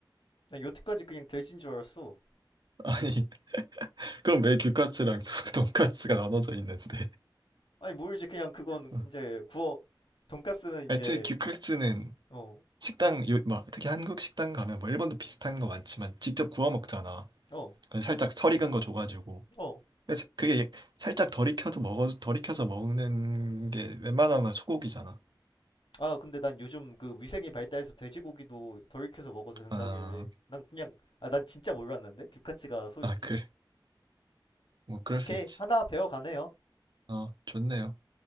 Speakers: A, on the left; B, on the right.
A: 나 여태까지 그냥 돼지인 줄 알았어.
B: <laughs> 아니 그럼 왜 규카츠랑 <laughs> 소- 돈까스가 나눠져 있는데?
A: 아니 모르지 그냥 그건
B: 어.
A: 이제 구워 돈까스는 이제
B: 애초에 규카츠는
A: 어
B: 식당 요, 막 특히 한국 식당 가면 뭐 일본도 비슷한 거 많지만 직접 구워 먹잖아.
A: 어
B: 그래서 살짝 설 익은 거 줘가지고.
A: 어
B: 그래서 그게 살짝 덜 익혀도 먹어도 덜 익혀서 먹는 게 웬만하면 소고기잖아.
A: 아 근데 난 요즘 그 위생이 발달해서 돼지고기도 덜 익혀서 먹어도 된다길래
B: 아,
A: 난 그냥 아 난 진짜 몰랐는데 규카츠가 소인지
B: 아 그래, 뭐 그럴
A: 오케이
B: 수 있지.
A: 하나 배워가네요
B: 어, 좋네요.